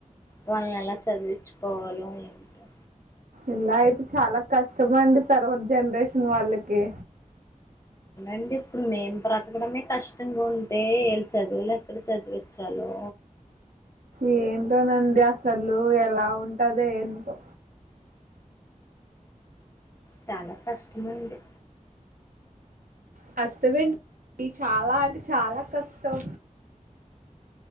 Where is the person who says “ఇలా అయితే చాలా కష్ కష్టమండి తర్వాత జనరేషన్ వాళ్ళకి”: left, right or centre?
Right